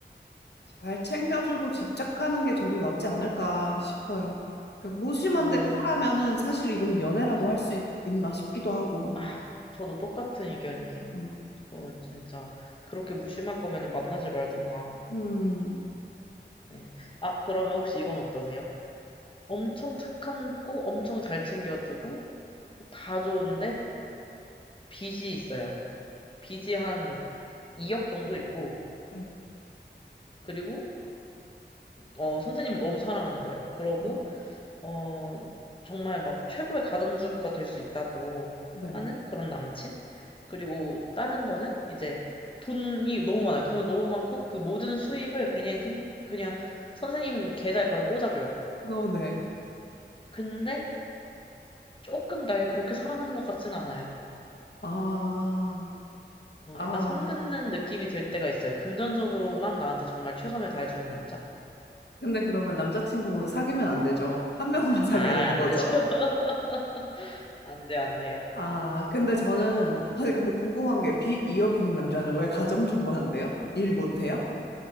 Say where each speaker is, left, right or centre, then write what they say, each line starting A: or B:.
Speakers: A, on the left; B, on the left.
A: 잘 챙겨주고 집착하는 게 저도 낫지 않을까 싶어요. 그 무심한데
B: 어,
A: 쿨하면은 사실 이건 연애라고
B: 네.
A: 할 수 있나 싶기도 하고.
B: 아, 저도 똑같은 의견이에요.
A: 음,
B: 어, 진짜. 그렇게 무심할 거면은 만나지 말든가.
A: 음,
B: 네. 아, 그러면 혹시 이건 어떠세요? 엄청 착한 고 엄청 잘 챙겨주고, 다 좋은데, 빚이 있어요. 빚이 한 2억 정도 있고,
A: 네.
B: 그리고, 어, 선생님을 너무 사랑하는 거예요. 그러고,
A: 어,
B: 어, 정말 막 최고의 가정주부가 될 수 있다고
A: 네.
B: 하는 그런 남친? 그리고 다른 거는 이제 돈이 너무 많아요. 돈은 너무 많고, 그 모든 수입을 그냥, 팀- 그냥 선생님 계좌에 바로 꽂아줘요.
A: 어, 네.
B: 근데 조금 날 그렇게 사랑하는 것 같지는 않아요.
A: 아,
B: 어,
A: 아.
B: 약간 선 긋는 느낌이 들 때가 있어요. 금전적으로만 나한테 정말 최선을 다해주는 남자?
A: 근데 그러면 남자친구 사귀면 안 되죠. 한 명만 <laughs> 사귀어야
B: 아,
A: 되는
B: 안
A: 거죠.
B: 되죠. <laughs> 안 돼, 안 돼요.
A: 아, 근데 저는, 아니, 근데 궁금한 게 빚 2억 있는 남자는 왜 가정주부 한대요? 일 못해요?